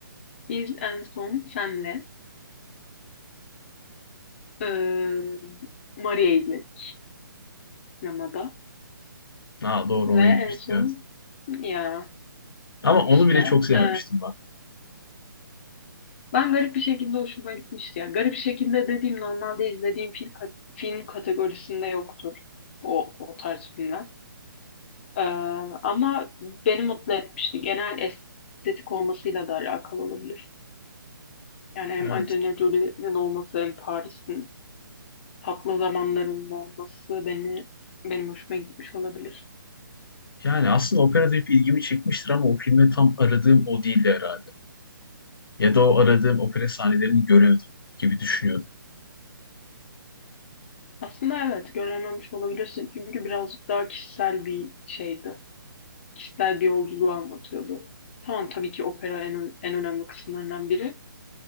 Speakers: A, on the left; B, on the left.
A: biz en son senle e, Maria izledik sinemada
B: Ha, doğru
A: ve
B: ona
A: en
B: gitmiştik
A: son
B: evet.
A: ya
B: Ama
A: işte
B: onu bile çok sevmemiştim
A: e,
B: ben.
A: ben garip bir şekilde hoşuma gitmişti ya. Garip şekilde dediğim normalde izlediğim film, ka- film kategorisinde yoktur o, o tarz filmler. E, ama beni mutlu etmişti. Genel estetik olmasıyla da alakalı olabilir. Yani hem
B: Evet.
A: Angelina Jolie'nin olması hem Paris'in tatlı zamanlarının olması beni benim hoşuma gitmiş olabilir.
B: Yani aslında operada hep ilgimi çekmiştir ama o filme tam aradığım o değildi herhalde. ya da o aradığım opera sahnelerini göremedim gibi düşünüyorum.
A: Aslında evet görememiş olabilirsin çünkü birazcık daha kişisel bir şeydi. Kişisel bir yolculuğu anlatıyordu. Tamam tabii ki opera en, ö- en önemli kısımlarından biri